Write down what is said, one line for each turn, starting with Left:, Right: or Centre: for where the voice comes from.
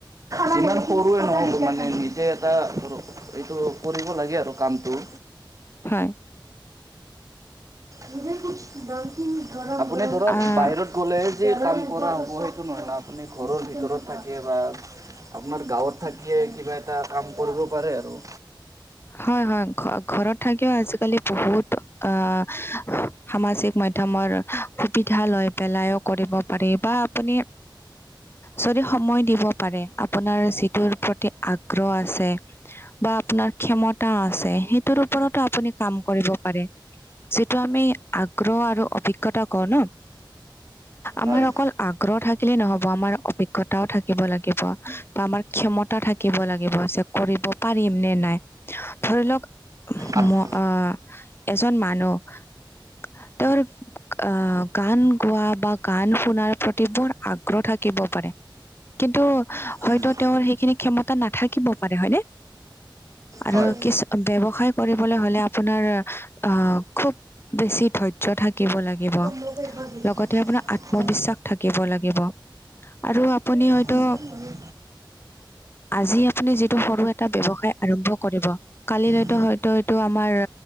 Right: যিমান সৰুৱে নহওঁক মানে নিজে এটা এইটো কৰিব লাগে আৰু কামটো
Left: হয়।
Right: নিজে কুছ <unintelligible> আপুনি ধৰক
Left: আহ
Right: বাহিৰত গ'লেহে যে কাম কৰা হ'ব সেইটো নহয় না- আপুনি ঘৰৰ ভিতৰত থাকে বা আপোনাৰ গাঁৱত থাকিয়ে কিবা এটা কাম কৰিব পাৰে আৰু।
Left: হয় হয় ঘ ঘৰত থাকিও আজিকালি বহুত আহ সামাজিক মাধ্যয়মৰ সুবিধা লৈ পেলাইও কৰিব পাৰি বা আপুনি যদি সময় দিব পাৰে আপোনাৰ যিটোৰ প্ৰতি আগ্ৰহ আছে বা আপোনাৰ ক্ষমতা আছে সেইটোৰ ওপৰতো আপুনি কাম কৰিব পাৰে। যিটো আমি আগ্ৰহ আৰু অভিজ্ঞতা কওঁ ন, আমাৰ
Right: হয়
Left: অকল আগ্ৰহ থাকিলেই নহব আমাৰ অভিজ্ঞতাও থাকিব লাগিব, বা আমাৰ ক্ষমতা থাকিব লাগিব যে কৰিব পাৰিম নে নাই। ধৰি লওঁক আহ
Right: আপ-
Left: এজন মানুহ তেওঁলোক আহ গান গোৱা বা গান শুনাৰ প্ৰতি বৰ আগ্ৰহ থাকিব পাৰে। কিন্তু হয়তো
Right: উম,
Left: তেওঁৰ সেইখিনি ক্ষমতা নাথাকিব পাৰে হয়নে? আৰু
Right: হয়
Left: কিছ ব্যৱসায় কৰিবলৈ হলে আপোনাৰ আহ খুব বেছি ধৈৰ্য থাকিব লাগিব।
Right: <inaudible>
Left: লগতে আপোনাৰ আত্মবিশ্বাস
Right: হয়,
Left: থাকিব লাগিব আৰু আপুনি হয়তো
Right: উম।
Left: আজি আপুনি যিটো সৰু এটা ব্যৱসায় আৰম্ভ কৰিব কালিলৈতো
Right: হয় হয় হয় হয় হয় হয় হয় হয়
Left: হয়তো এইটো আমাৰ